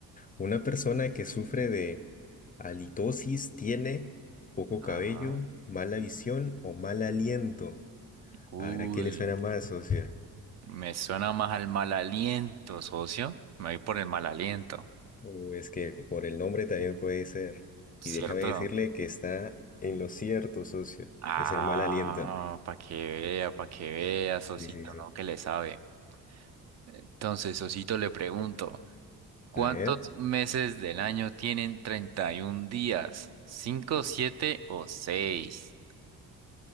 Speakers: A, on the left (about 25°); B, on the right (about 50°).
A: Una persona que sufre de halitosis tiene poco
B: Ah,
A: cabello, mala visión o mal aliento.
B: uy,
A: ¿Habrá qué le suena más, socio?
B: me suena más al mal aliento, socio. Me voy por el mal aliento,
A: O es que por el nombre también puede ser.
B: ¿cierto?
A: Y déjame decirle que está en lo cierto, socio.
B: Ah,
A: Es el mal aliento.
B: para que vea, para que vea, socito,
A: Sí, sí, sí.
B: ¿no? Que le sabe. Entonces, socito, le pregunto. ¿Cuántos
A: A ver,
B: meses del año tienen 31 días? ¿Cinco, siete o seis?